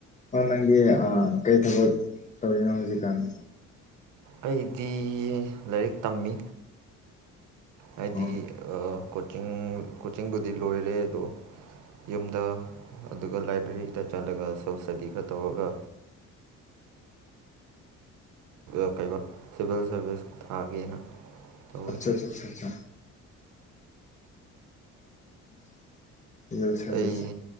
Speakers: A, on the left; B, on the right.
A: ꯑꯣ ꯅꯪꯒꯤ ꯀꯩ ꯊꯕꯛ ꯇꯧꯔꯤꯅꯣ ꯍꯧꯖꯤꯛꯀꯥꯟꯒꯤ
B: ꯑꯩꯗꯤ ꯂꯥꯏꯔꯤꯛ ꯇꯝꯃꯤ ꯍꯥꯏꯗꯤ
A: ꯑꯣ
B: ꯀꯣꯆꯤꯡ ꯀꯣꯆꯤꯡꯕꯨꯗꯤ ꯂꯣꯏꯔꯦ ꯑꯗꯣ ꯌꯨꯝꯗ ꯑꯗꯨꯒ ꯂꯥꯏꯕ꯭ꯔꯦꯔꯤꯗ ꯆꯠꯂꯒ ꯁꯦꯕ ꯏꯁꯇꯗꯤ ꯈꯔ ꯇꯧꯔꯒ ꯑ ꯀꯩꯕ ꯁꯤꯚꯤꯜ ꯁꯥꯔꯚꯤꯁ ꯊꯥꯒꯦꯅ ꯇꯧꯋꯤ
A: ꯑꯆꯥꯆꯥꯆꯥꯆꯥ <unintelligible> ꯁꯥꯔꯚꯤꯁ
B: ꯑꯩ